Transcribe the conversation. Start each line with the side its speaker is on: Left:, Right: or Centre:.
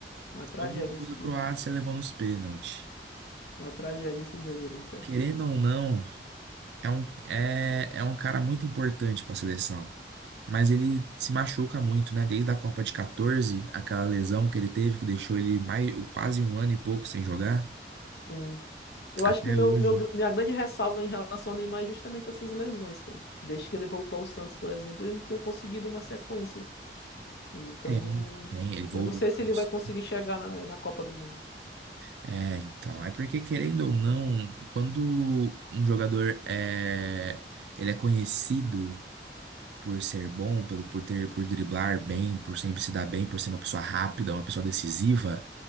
Left: Uma tragédia
Right: Todo mundo
Left: esse
Right: da
Left: gol.
Right: Croácia levando os pênaltis.
Left: Uma tragédia esse jogo aí, cara.
Right: Querendo ou não. é um, é, é um cara muito importante para a seleção. Mas ele se machuca muito, né? Desde a Copa de 14, aquela lesão que ele teve, que deixou ele mais, quase um ano e pouco sem jogar,
Left: Sim, Eu
Right: até
Left: acho que o meu,
Right: hoje.
Left: meu- minha grande ressalva em relação ao Neymar é justamente essas lesões, cara. Desde que ele voltou ao Santos, por exemplo, ele não tem conseguido uma sequência. Então,
Right: Tem, tem, ele voltou.
Left: eu não sei
Right: depois.
Left: se ele vai conseguir chegar na, na Copa do Mundo.
Right: É, então, é porque querendo ou não, quando um jogador é, ele é conhecido por ser bom, pelo por ter, por driblar bem, por sempre se dar bem, por ser uma pessoa rápida, uma pessoa decisiva,